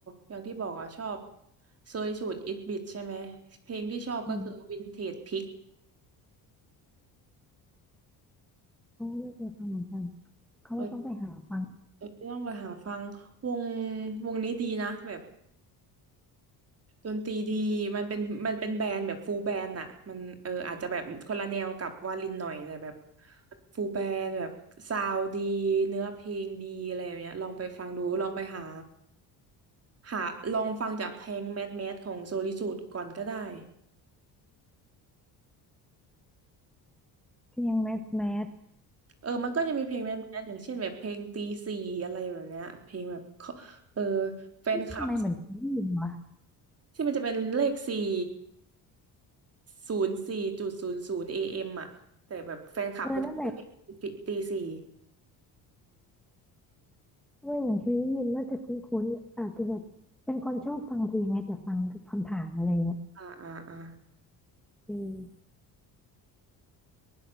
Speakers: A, on the right; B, in the centre.
A: อย่างที่บอกอ่ะชอบโซยสูตรอิทบิทใช่ไหมเพลงที่ชอบก็คือวินเทจพิก
B: อืมเขาไม่เคยฟังเหมือนกันเขาว่าต้องไปหาฟัง
A: เอ้ยเอ้ยต้องไปหาฟังวงวงนี้ดีนะแบบดนตรีดีมันเป็นมันเป็นแบนด์แบบฟูลแบนด์อ่ะมันเอออาจจะแบบคนละแนวกับวาลินหน่อยแต่แบบฟูลแบนด์แบบซาวดีเนื้อเพลงดีอะไรแบบเนี้ยลองไปฟังดูลองไปหาหาลองฟังจากเพลงแมสแมสของโซลิสูดก่อนก็ได้
B: เพลงแมสแมส
A: เออมันก็จะมีเพลงแมสๆอย่างเช่นแบบเพลงตีสี่อะไรแบบเนี้ย เพลงแบบเขาเออแฟนคลับ
B: เอ๊ะทำไมเหมือนเคยได้ยินวะ
A: ที่มันจะเป็นเลขสี่ศูนย์สี่จุดศูนย์ศูนย์เอเอ็มอ่ะแต่แบบแฟนคลับเขาจะเเ
B: เออนั่นแหละ
A: ป็นตีสี่
B: เออเหมือนเคยได้ยินว่าจะคุ้นๆอาจจะแบบเป็นคนชอบฟังเพลงไงแต่ฟังผ่านๆอะไรเงี้ย
A: อ่าอ่าอ่า
B: อือ